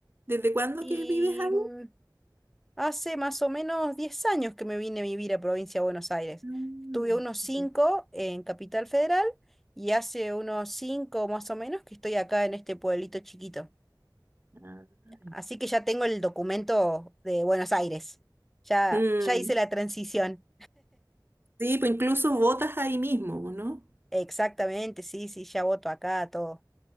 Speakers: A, on the right; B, in the centre.
A: ¿Desde cuándo
B: Y
A: que vives ahí?
B: mm, Hace más o menos 10 años que me vine a vivir a Provincia de Buenos Aires.
A: Ah,
B: Estuve unos cinco
A: ya.
B: en Capital Federal y hace unos 5 más o menos que estoy acá en este pueblito chiquito.
A: Ah, ya.
B: Así que ya tengo el documento de Buenos Aires. Ya,
A: Mm.
B: ya hice la transición.
A: Sí, pues incluso votas ahí mismo, ¿no?
B: Exactamente, sí, sí, ya voto acá, todo.